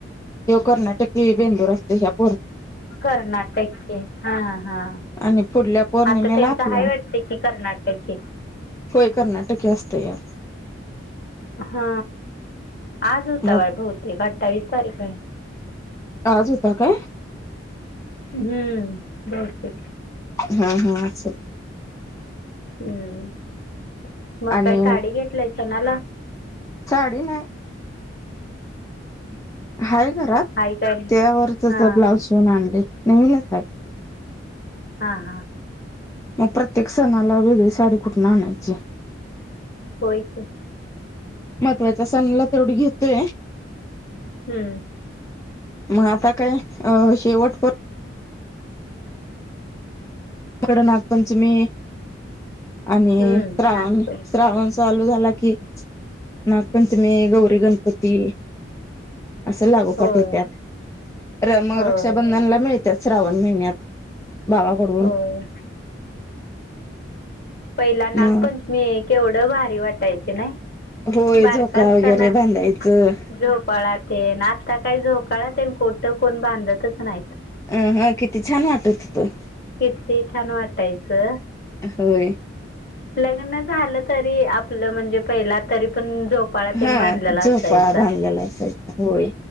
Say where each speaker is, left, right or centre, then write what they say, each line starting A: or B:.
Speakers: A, on the left (about 15°); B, on the left (about 55°).
A: कर्नाटक बेंदूर असते ह
B: कर्नाटक के हा हा.
A: आणि पुढल्या पौर्णिमेला
B: आता त्यांच
A: आपला
B: हाय वाटत की कर्नाटके.
A: होय कर्नाटके असतं यार
B: हा आज होता
A: मग
B: वाळ बहुतेक अठ्ठावीस तारीख आहे.
A: आज होता काय?
B: हम्म बहुतेक.
A: हम्म हम्म आज
B: हम्म मग
A: आणि
B: काही साडी घेतलाय सणाला.
A: साडी नाही. हाय घरात
B: हाय काय
A: त्यावरच
B: हा
A: ब्लाउज शिवून आणले नवीनच आहे.
B: हा हा.
A: मग प्रत्येक सणाला वेगळी साडी कुठून आणायची.
B: होय की.
A: महत्त्वाच्या सणला तेवढी घेतोय.
B: हम्म.
A: मग आता काय अ शेवट प पुढ नागपंचमी. आणि
B: हम्म
A: श्रावण
B: नागपंचमी
A: श्रावण चालू झाला की. नागपंचमी, गौरी गणपती, असं लागोपाठ
B: होय
A: येत त्या मग
B: होय
A: रक्षाबंधनला मिळते. त्या श्रावण महिन्यात भावाकडून
B: होय पहिला नागपंचमी
A: मग
B: केवढ भारी वाट नाही
A: होय
B: बारका
A: झोका
B: असताना
A: वगैरे बांधायचं
B: झोपाळ. ते ना आता काय झोकाळात कोटं कोण बांधतच नाहीत.
A: अं हा किती छान वाटत तो.
B: किती छान वाटायचं.
A: होय.
B: लग्न झालं तरी आपल म्हणजे पहिला तरी पण. झोपाळा तेन
A: हा
B: बांधलेला
A: झोपाळा
B: असायचा.
A: बांधलेला असायचा होळी.